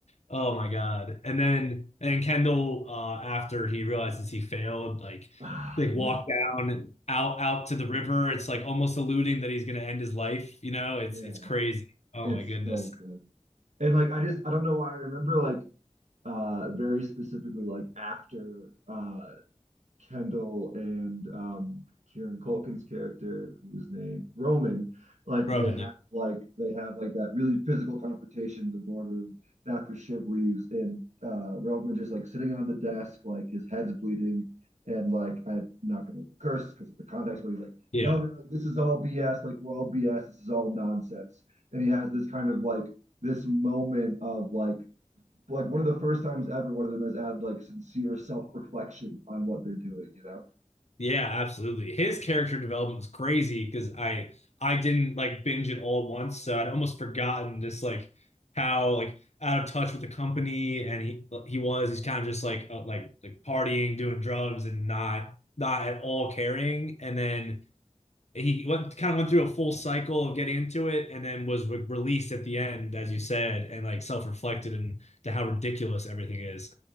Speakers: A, on the left; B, on the right.
A: Oh
B: Yeah.
A: my God. And then and then Kendall uh after he realizes he failed, like
B: Ah,
A: they
B: man.
A: walk down out out to the river. It's like almost alluding that he's gonna end his life, you know? It's
B: Yeah.
A: it's crazy. Oh
B: It's
A: my goodness.
B: so good. And like I just I don't know why I remember like uh very specifically like after uh Kendall and um, Kieran Culkin's character, whose name Roman, like
A: Roman,
B: they have
A: yeah.
B: like they have like that really physical confrontation in the boardroom after Shiv leaves, and uh, Roman just like sitting on the desk, like his head's bleeding, and like I'm not gonna curse because of the context, but he's like,
A: Yeah.
B: no man, like, this is all BS, like we're all BS, this is all nonsense, and he has this kind of like this moment of like like one of the first times ever one of them has had like sincere self-reflection on what they're doing, you know?
A: Yeah, absolutely. His character development was crazy because I I didn't like binge it all at once, so I'd almost forgotten just like how like out of touch with the company and he uh, he was. He's kind of just like uh, like like partying, doing drugs, and not not at all caring. And then he went kind of went through a full cycle of getting into it, and then was re released at the end, as you said, and like self-reflected and to how ridiculous everything is.